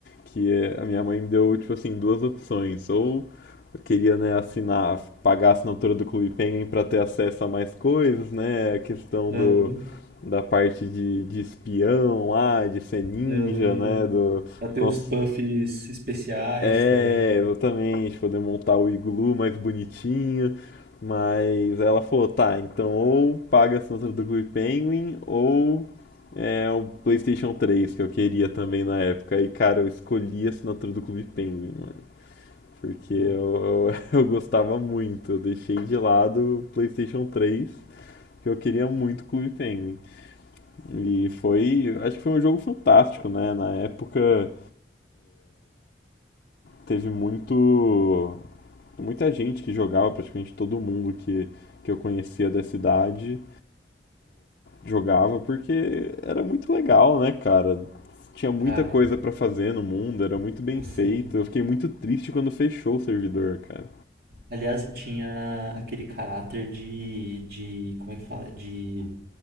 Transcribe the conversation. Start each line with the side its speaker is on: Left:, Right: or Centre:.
Left: Que eh, a minha mãe me deu, tipo assim, duas opções. Ou eu queria, né, assinar, pagar a assinatura do Clube Penguin pra ter acesso a mais coisas, né? A questão
Right: Aham,
Left: do, da parte de, de espião lá, de ser ninja,
Right: eu lembro.
Left: né? Do,
Right: Até
Left: cons-
Right: os puffs especiais
Left: é,
Right: também.
Left: exatamente, poder montar o iglu mais bonitinho. Mas ela falou, tá, então ou paga a assinatura do Clube Penguin ou é o PlayStation 3 que eu queria também na época. E cara, eu escolhi a assinatura do Clube Penguin, mano, porque eu,
Right: Ah,
Left: eu, <laughs> eu gostava muito. Eu deixei de lado o PlayStation 3, que eu queria muito o Clube Penguin. E foi, acho que foi um jogo fantástico, né? Na época teve muito muita gente que jogava, praticamente todo mundo que, que eu conhecia da cidade jogava porque era muito legal, né, cara? Tinha muita
Right: Cara,
Left: coisa pra fazer no mundo, era muito bem
Right: pô,
Left: feito.
Right: sim.
Left: Eu fiquei muito triste quando fechou o servidor, cara.
Right: Aliás, tinha aquele caráter de, de, como é que fala? De